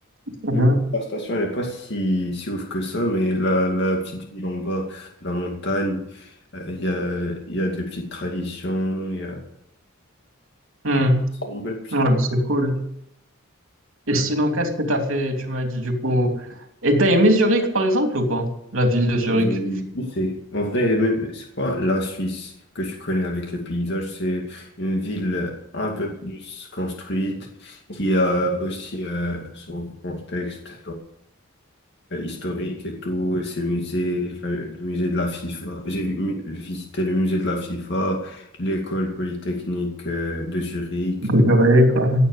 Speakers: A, on the right (about 75°); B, on the left (about 55°).
A: Mhm.
B: Hmm. La station, elle n'est pas si, si ouf que ça, mais la, la petite ville en bas de la montagne, euh, il y a, il y a des petites traditions, il y a...
A: Hmm.
B: C'est une belle petite...
A: Ouais, c'est cool. Et
B: euh,
A: sinon, qu'est-ce que tu as fait, tu m'as dit du coup. Et t'as aimé Zurich, par exemple, ou pas? La ville de Zurich.
B: ils- ils- c'est- En vrai, mais c'est pas la Suisse que tu connais avec les paysages, c'est une ville un peu plus construite, qui a aussi euh, son contexte euh, historique et tout, ces musées, la- le musée de la FIFA. J'ai vi- mu- visité le musée de la FIFA, l'école polytechnique euh, de Zurich.
A: Que j'aurais, quoi.